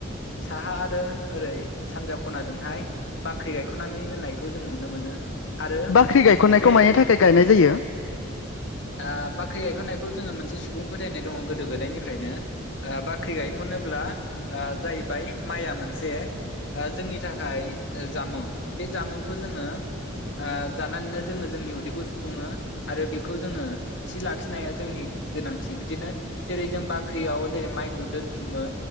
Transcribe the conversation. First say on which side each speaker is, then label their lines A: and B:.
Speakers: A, on the left; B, on the left.
A: साहा आरो ओरै सानजा खनाजोंहाय बाख्रि गायख'नानै दोननायखौ जों नुनो मोनो आरो
B: बाख्रि गायखननायखौ
A: बे
B: मानि थाखाय गायनाय जायो
A: ओ बाख्रि गायख'नायखौ जोङो मोनसे सुबुं फोथायनाय दङ गोदो गोदायनि फ्रायनो ओ बाख्रि गायखनोब्ला ओ जाहैबाय माइआ मोनसे ओ जोंनि थाखाय जामुं बे जामुंखौ जोङो ओ जानानैनो जोङो जोंनि उदैखौ सुफुङो आरो बेखौ जोङो थि लाखिनाया जोंनि गोनांथि बिदिनो जेरै जों बाख्रियाव जेरै माइखौ दोनथुमो